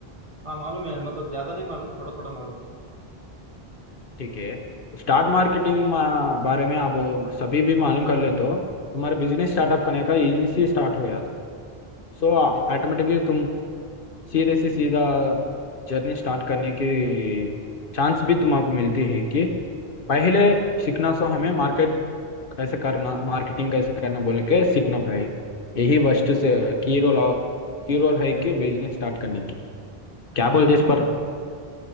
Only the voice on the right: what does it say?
हाँ मालूम है मतलब ज्यादा नहीं मालूम थोड़ा थोड़ा मालूम
ऐसे
हाँ
हाँ
हाँ।